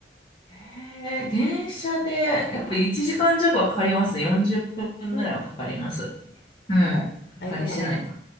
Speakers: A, on the left (about 25°); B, on the left (about 65°).
A: えー、電車で、やっぱ1時間弱はかかりますね。40分ぐらいはかかります。
B: んうん。
A: うん。
B: なんか、あれかな、
A: パリ市内か
B: なんか、